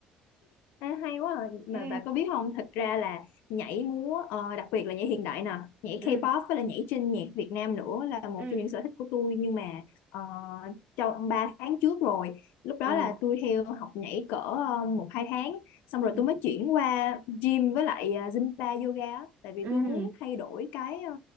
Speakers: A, on the left; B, on the right.
A: À, hay quá à. Mà
B: ừ
A: bà có biết không thật ra là nhảy múa ờ, đặc biệt là nhảy hiện đại nè nhảy
B: ừ
A: K-pop với là nhảy trên nhạc Việt Nam nữa là một
B: ừ
A: trong những sở thích của tôi nhưng mà ờ, trong 3 tháng trước rồi lúc đó
B: ờ
A: là tôi theo học nhảy cỡ ờ, một hai tháng xong
B: ừ
A: rồi tôi mới chuyển qua gym với lại ờ, Zumba yoga á. tại vì
B: ừ
A: tôi muốn thay đổi cái ờ,